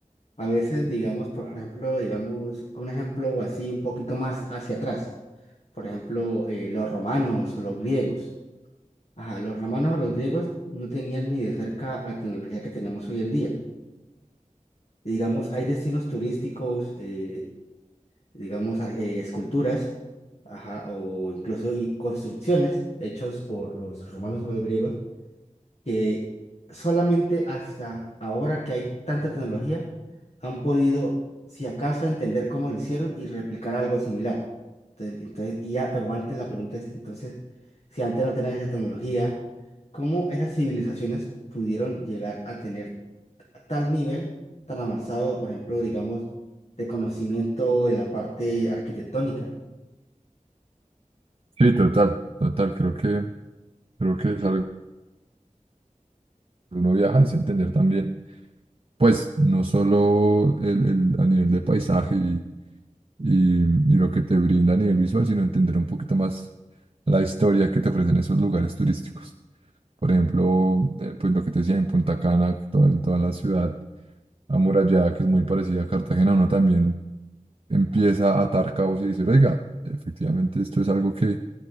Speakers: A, on the left; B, on the right.
A: a veces, digamos, por ejemplo, digamos, un ejemplo así un poquito más hacia atrás, por ejemplo, eh, los romanos o los griegos. Ajá, los romanos o los griegos no tenían ni de cerca la tecnología que tenemos hoy en día. Y, digamos, hay destinos turísticos, eh, digamos, ar- eh, esculturas, ajá, o incluso y construcciones hechos por los romanos o los griegos que solamente hasta ahora que hay tanta tecnología han podido, si acaso, entender cómo lo hicieron y replicar algo similar. Entonces, entonces, y ya, pero antes la pregunta es, entonces, si antes no tenían esa tecnología, ¿cómo esas civilizaciones pudieron llegar a tener tal nivel tan avanzado, por ejemplo, digamos, de conocimiento en la parte arquitectónica?
B: Sí, total, total, creo que, creo que es algo que uno viaja, es entender también pues no solo el, el- a nivel de paisaje y, y- y lo que te brinda a nivel visual, sino entender un poquito más la historia que te ofrecen esos lugares turísticos. Por ejemplo, eh, pues lo que te decía en Punta Cana, que toda, toda la ciudad amurallada, que es muy parecida a Cartagena, uno también empieza a atar cabos y decir, oiga, efectivamente esto es algo que,